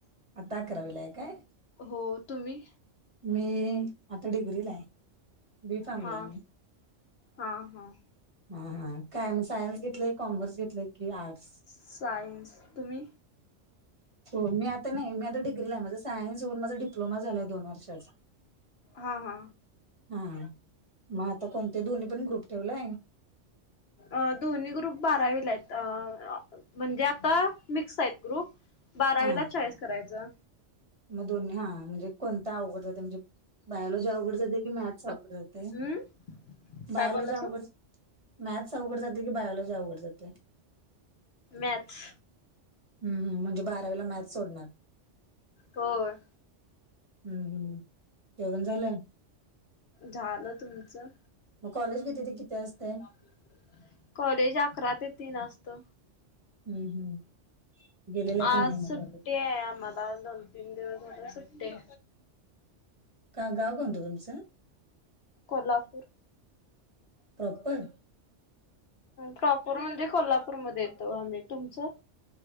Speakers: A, on the right; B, on the left.
A: आता आकाराविलय आहे काय?
B: हो तुम्ही?
A: मी आता डिग्रीलाय. बी फामला
B: हा
A: आहे मी.
B: हा हा
A: हा हा काय म सायन्स घेतलंय, कॉमर्स घेतलेय की आर्टस?
B: सायन्स तुम्ही?
A: हो मी आता नाही मी आता डिग्री ला आहे माझे सायन्स होऊन माझा डप्लोमा झाला आहे दोन वर्ष <unintelligible>
B: हा हा.
A: हा मग आता कोणते दोन्ही पण ग्रुप ठेवलाय.
B: अ दोन्ही ग्रुप बारावीला आहेत. अ म्हणजे आता मिक्स आहेत ग्रुप बारावीला
A: हा
B: चॉईस करायचं.
A: मग दोन्ही हा म्हणजे कोणता अवघड जातोय म्हणजे बायलॉजी अवघड जाते की मॅथ्स अवड जातय?
B: हम्म काय
A: बायलॉजी
B: बोललासा
A: अवघड मॅथ्स अवघड जातोय की बायोलॉजी अवघड जातोय?
B: मॅथ्स
A: हम्म, हम्म म्हणजे बारावीला मॅथ सोडणार?
B: हो..
A: हम्म, हम्म जेवण झालं?
B: झालं. तुमचं?
A: मग कॉलेज किती ते किती असतय?
B: <unintelligible> कॉलेज अकरा ते तीन असत.
A: हम्म, हम्म. गेलेला
B: आज
A: की नाही मग
B: सुट्टी
A: कॉलेज
B: आहे आम्हाला दोन, तीन दिवस झाल सुट्टीय.
A: का गाव काणतं तुमचं?
B: कोल्हापूर.
A: प्रॉपर?
B: प्रॉपोर म्हणजे कोल्हापूरमध्ये येतो आम्ही. तुमचं?